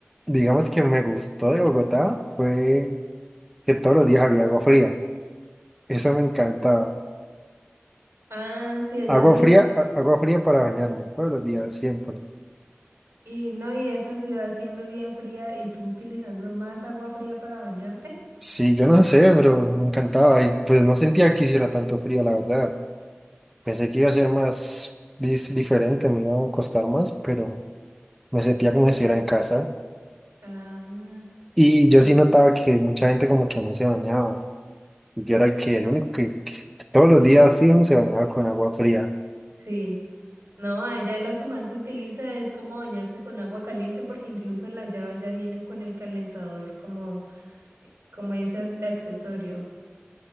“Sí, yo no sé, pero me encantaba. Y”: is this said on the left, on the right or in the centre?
Centre